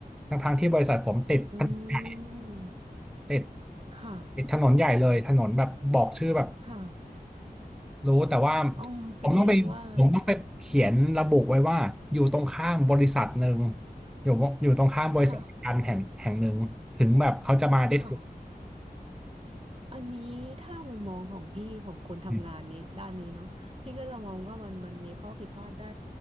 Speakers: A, in the centre; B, on the right.
A: ทั้งๆที่บริษัทผมติดถนนใหญ่
B: อืม
A: ติด
B: ค่ะ
A: ติดถนนใหญ่เลยถนนแบบบอกชื่อแบบ
B: ค่ะ
A: รู้แต่ว่า
B: อ๋อแสดงว่า
A: ผมต้องไปผมต้องไปเขียนระบุไว้ว่าอยู่ตรงข้ามบริษัทหนึ่งอยู่อยู่ตรงข้ามบริษัทการแห่งแห่งหนึ่งถึงแบบเขาจะมาได้ถูก
B: ค่ะค่ะ อันนี้ถ้ามุมมองของพี่ของคนทำงานเนี้ยด้านนี้เนาะพี่ก็จะมองว่ามันมันมีข้อผิดพลาดได้
A: อืม